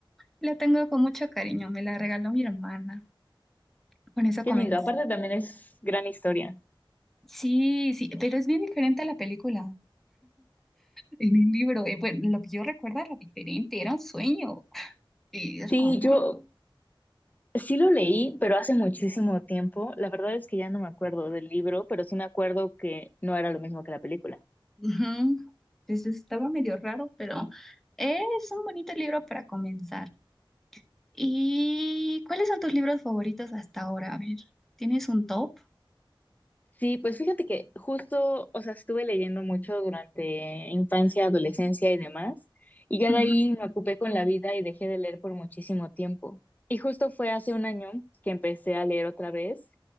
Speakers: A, in the centre; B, on the left.
A: la tengo con mucho cariño. Me la regaló mi hermana. Con eso
B: Qué
A: comencé.
B: lindo. Aparte también es gran historia.
A: Sí, sí, pero es bien diferente a la película. En el libro, eh, bueno, lo que yo recuerdo era diferente, era un sueño. Y era
B: Sí,
A: como,
B: yo
A: mm,
B: sí lo leí, pero hace muchísimo tiempo. La verdad es que ya no me acuerdo del libro, pero sí me acuerdo que no era lo mismo que la película.
A: ujú. Entonces estaba medio raro, pero es un bonito libro para comenzar. ¿Y cuáles son tus libros favoritos hasta ahora? A ver, ¿tienes un top?
B: Sí, pues fíjate que justo, o sea, estuve leyendo mucho durante infancia, adolescencia y demás, y ya
A: Ujú,
B: de ahí me ocupé con la vida y dejé de leer por muchísimo tiempo. Y justo fue hace un año que empecé a leer otra vez,